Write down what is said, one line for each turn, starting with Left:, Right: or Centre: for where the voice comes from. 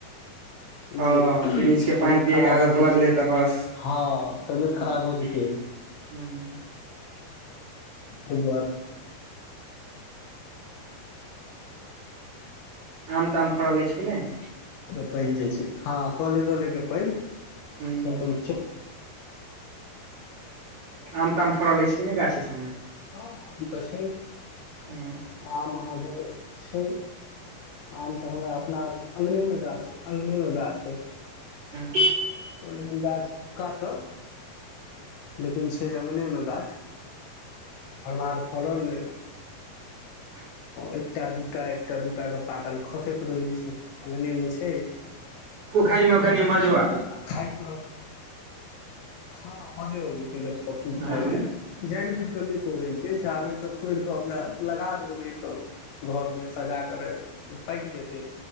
Right: <inaudible> ह
Left: जे
Right: फ्रिज के
Left: तबियत
Right: पैन पियएके
Left: खराब
Right: आदत
Left: भऽ जेतै
Right: लगलै तऽ बस
Left: हँ तबियत खराब
Right: ह्म
Left: भऽ जेतै कपड़े दुआर
Right: आम ताम फड़ा लै छै कि नहि
Left: के पैन जे छै हँ कले तले के पैन
Right: ह
Left: अपन <inaudible>
Right: आम ताम फड़ल अछि छै कि नहि गाछी सबमे
Left: हँ त छै ने
Right: हँ
Left: आ महादेव छै आम तऽ हमरा अपना अङ्गनेमे गाछ अङ्गनेमे गाछ छै
Right: ी
Left: ओ लेकिन गाछ काटब लेकिन छै अङगने में गाछ भरमार फड़ल अहि
Right: <inaudible>
Left: एकटा दूटा एकटा दूटा के पाकल खसैत रहे छै अंगने में छै
Right: अइ में कनि मजु आ
Left: आ खायइतो हँ मजे अबे छै गछपक्कू
Right: हँ
Left: खााय में जानि बूइझ के नहि तोड़े छियै चाहबे त तो र कऽ ओकरा लगा देबै तऽ घर में सजा कर पाकि जेतै